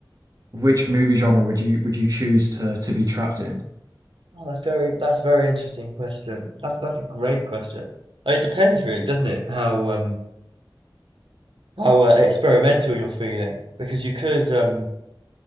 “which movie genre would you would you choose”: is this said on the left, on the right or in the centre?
Right